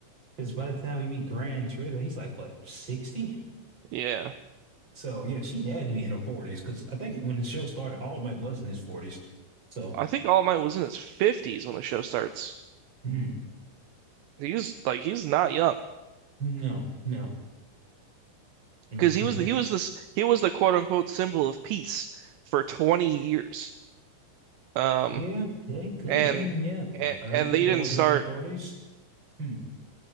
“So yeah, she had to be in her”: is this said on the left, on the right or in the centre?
Right